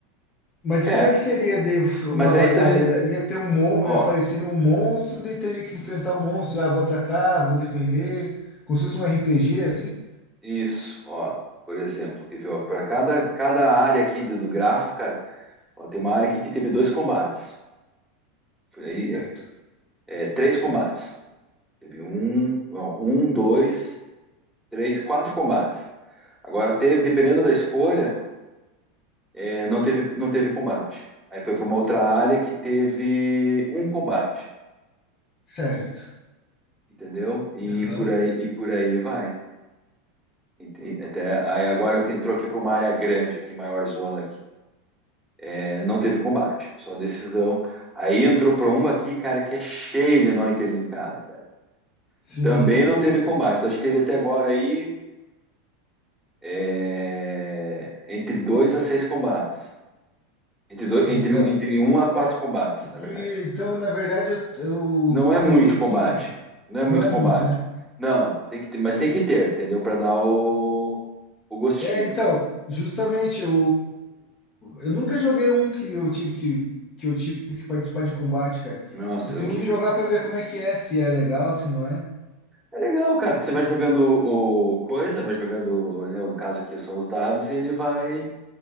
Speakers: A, on the left; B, in the centre.
A: Mas
B: é,
A: como é que seria de uma
B: mas
A: batalha?
B: aí também
A: Ia ter um mon...
B: Ó,
A: apareceria um monstro, daí teria que enfrentar um monstro. Ah, vou atacar, vou defender. Como se fosse um RPG, assim?
B: isso, ó. Por exemplo, que viu? Para cada, cada área aqui do, do grafo, cara, ó, tem uma área aqui que teve dois combates. Foi Aí,
A: Certo.
B: é, é, três combates. Teve um, não, um, dois, três, quatro combates. Agora teve, dependendo da escolha, é, não teve, não teve combate. Aí foi para uma outra área que teve um combate,
A: Certo.
B: entendeu? E
A: Aham.
B: por aí, e por aí vai. Ent- Até, aí agora entrou aqui para uma área grande, aqui, maior zona aqui. É, Não teve combate, só decisão. Aí entrou para uma aqui, cara, que é cheia de nó interlinkado, cara.
A: Sim,
B: Também não teve combate. Então a gente teve até agora aí é, entre dois a seis combates. Entre, dois,
A: então,
B: entre, entre um a quatro
A: é,
B: combates,
A: o que,
B: na verdade.
A: então, na verdade, eu, eu
B: Não é muito
A: teria que,
B: combate. Não é muito
A: não é
B: combate.
A: muito, né?
B: Não, tem que ter, mas tem que ter, entendeu? Para dar o, o gostinho.
A: É, então, justamente, eu, eu nunca joguei um que eu tive que, que eu tive que participar de combate, cara.
B: Nossa,
A: Eu tenho
B: eu-
A: que jogar para ver como é que é, se é legal, se não é.
B: é legal, cara, porque você vai jogando o coisa, vai jogando, né, no caso aqui são os dados, e ele vai